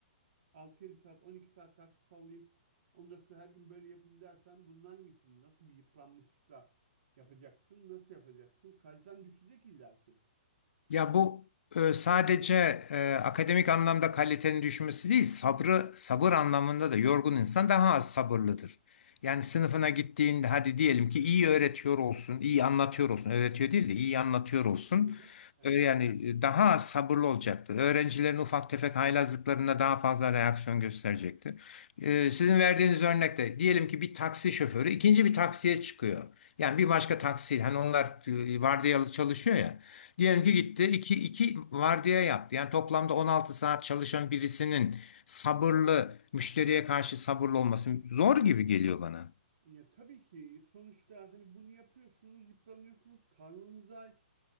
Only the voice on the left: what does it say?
Ya bu e, sadece e, akademik anlamda kalitenin düşmesi değil, sabrı sabır anlamında da yorgun insan daha az sabırlıdır. Yani sınıfına gittiğinde hadi diyelim ki iyi öğretiyor olsun, iyi anlatıyor olsun, öğretiyor değil de iyi anlatıyor olsun.
Ö- Yani e, daha az sabırlı olacaktır. Öğrencilerin ufak tefek haylazlıklarına daha fazla reaksiyon gösterecektir. E, sizin verdiğiniz örnekte diyelim ki bir taksi şoförü ikinci bir taksiye çıkıyor. Yani bir başka taksiyle hani onlar e, vardiyalı çalışıyor ya. Diyelim
ki gitti iki iki vardiya yaptı. Yani toplamda 16 saat çalışan birisinin sabırlı müşteriye karşı sabırlı olması zor gibi geliyor bana.